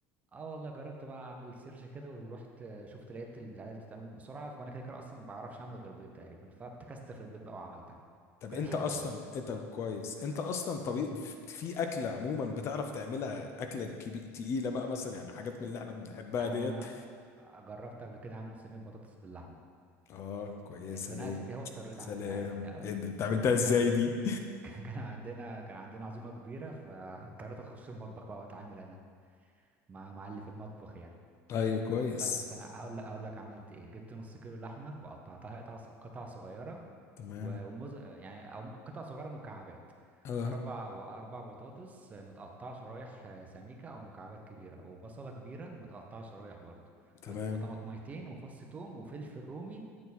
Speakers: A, on the right; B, on the left.
A: اه والله جربت بقى اعمل سيرش كده ورحت شفت لقيت البتاع دي بتتعمل بسرعه وانا كده كده اصلا ما بعرفش اعمل غير بيض تقريبا فابتكست في البيض بقى وعملتها
B: طب
A: كانت
B: انت
A: حلوه
B: اصلا
A: والله
B: إيه طب كويس انت اصلا طبيب في اكله عموما بتعرف تعملها اكله كبي... تقيله بقى مثلا يعني حاجات من اللي احنا بنحبها
A: انا
B: ديت
A: جربت قبل كده اعمل صينيه بطاطس باللحمه
B: اه كويسه
A: اتزنقت
B: دي
A: فيها واضطريت
B: سلام
A: اعملها يعني
B: ايه ده انت عملتها
A: كان
B: ازاي دي
A: <laughs> كان عندنا كان عندنا عزومة كبيرة فاضطريت اخش المطبخ بقى واتعامل انا مع مع اللي في المطبخ يعني
B: <laughs> ايوه كويس
A: استنى استنى هقول لك هقول لك عملت ايه جبت نص كيلو لحمة وقطعتها قطع قطع صغيرة
B: تمام
A: و- وموز يعني او قطع صغيرة مكعبات
B: اه
A: اربع واربع بطاطس متقطعة شرايح سميكة او مكعبات كبيرة وبصلة كبيرة متقطعة شرايح برضو
B: تمام
A: وت- وطماطميتين وفص توم وفلفل رومي